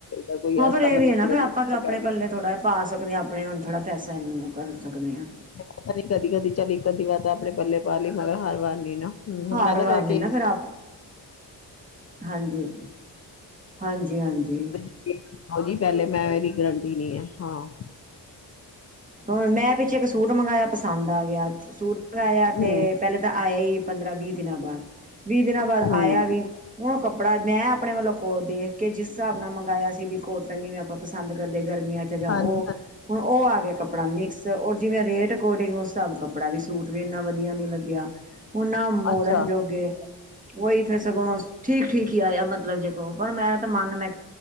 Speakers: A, on the left; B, on the right.
A: ਵਾਰ ਕੋਈ
B: ਹਾਂ
A: ਐਸਾ
B: ਪਰ ਇਹ
A: ਬੰਦਾ
B: ਵੀ ਹੈ ਨਾ,
A: ਹੁੰਦਾ
B: ਫਿਰ
A: ਜਿਹਨੂੰ
B: ਆਪਾਂ ਆਪਣੇ
A: ਕਹਿ ਦਿੰਦੇ
B: ਪੱਲੇ ਥੋੜ੍ਹਾ ਪਾ ਸਕਦੇ ਹਾਂ। ਆਪਣੇ ਹੁਣ ਥੋੜਾ ਪੈਸਾ ਨੂੰ ਕਰ ਸਕਦੇ ਹਾਂ।
A: ਪਤਾ ਨੀ, ਕਦੀ -ਕਦੀ ਚੱਲ ਇੱਕ- ਅੱਧੀ ਵਾਰ ਤਾਂ ਆਪਣੇ ਪੱਲੇ ਪਾ ਲਈ ਮਗਰ, ਹਰ ਵਾਰ ਨੀ ਨਾ ਹਮ
B: ਹਾਰ
A: ਮੈਂ ਫਿਰ
B: ਵਾਰ ਨੇ ਨਾ ਆਪ ਹਾਂਜੀ ਹਾਂਜੀ -ਹਾਂਜੀ।
A: ਹਾਂਜੀ ਪਹਿਲੇ ਮੈਂ ਏਦੀ, ਗਰੰਟੀ ਨੀ ਆ, ਹਾਂ।
B: ਹੁਣ ਮੈਂ, ਪਿੱਛੇ ਇੱਕ ਸੂਟ ਮੰਗਇਆ ਪਸੰਦ ਆ ਗਿਆ ਸੂਟ ਆਇਆ
A: ਹੂੰ
B: ਤੇ ਪਹਿਲੇ ਤਾਂ, ਆਇਆ ਨਹੀਂ ਪੰਦਰਾਂ- ਵੀਹ ਦਿਨਾਂ ਬਾਅਦ, ਵੀਹ ਦਿਨਾਂ ਬਾਅਦ
A: ਹੂੰ
B: ਆਇਆ ਵੀ ਹੁਣ ਕੱਪੜਾ ਮੈਂ ਆਪਣੇ ਵੱਲੋਂ ਕੋਲ ਦੇਖ ਕੇ, ਜਿਸ ਹਿਸਾਬ ਨਾਲ ਮੰਗਵਾਆ ਸੀ, ਵੀ ਕੋਟਨ ਜਿਵੇਂ,, ਆਪਾਂ ਪਸੰਦ ਕਰਦੇ ਗਰਮੀਆਂ ਚ। ਅਤੇ ਜਾਂ
A: ਹਾਂਜੀ
B: ਉਹ ਹੁਣ ਉਹ ਆ ਗਿਆ ਕੱਪੜਾ ਮਿਕਸ, ਔਰ ਜਿਵੇਂ, ਰੇਟ ਅਕੋਰਡਿੰਗ ਉਸ ਹਿਸਾਬ ਕੱਪੜਾ ਵੀ ਸੂਟ ਵੀ, ਇੰਨਾ ਵਧੀਆ ਨਹੀਂ ਲੱਗਿਆ। ਹੁਣ ਨਾ, ਮੋੜਨ
A: ਅੱਛਾ
B: ਜੋਗੇ। ਉਹੀ ਫਿਰ ਸਗੋਂ, ਠੀਕ- ਠੀਕ ਹੀ ਆਇਆ ਮਤਲਬ ਜੇ ਕੋੋ ਪਰ ਮੇਰਾ ਤਾਂ ਮਨ ਮੈਂ